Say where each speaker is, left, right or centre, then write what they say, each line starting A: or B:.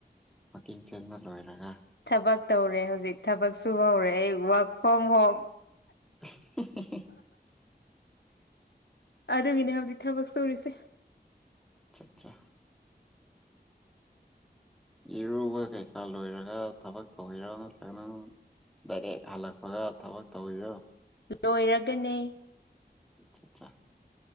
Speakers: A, in the centre; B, on the left.
A: ꯋꯀꯤꯡ ꯆꯦꯟꯕ ꯂꯣꯏꯔꯒ
B: ꯊꯕꯛ ꯇꯧꯔꯦ ꯍꯧꯖꯤꯛ ꯊꯕꯛ ꯁꯨ ꯍꯧꯔꯦ ꯑꯩ ꯋꯥꯔꯛ ꯐ꯭ꯔꯣꯝ ꯍꯣꯝ
A: <unintelligible>
B: ꯑꯗꯨꯒꯤꯅꯦ ꯍꯧꯖꯤꯛ ꯊꯕꯛ ꯁꯨꯔꯤꯁꯦ
A: ꯑꯆꯥ ꯑꯆꯥ ꯏꯔꯨꯕ ꯀꯩꯀꯥ ꯂꯣꯏꯔꯒ ꯊꯕꯛ ꯇꯧꯕꯤꯔꯣ ꯅꯠꯇ꯭ꯔꯒꯅꯪ ꯗꯥꯏꯔꯦꯛ ꯍꯜꯂꯛꯄꯒ ꯊꯕꯛ ꯇꯧꯕꯤꯔꯣ
B: ꯂꯣꯏꯔꯒꯅꯤ
A: ꯑꯠ ꯑꯠꯆꯥ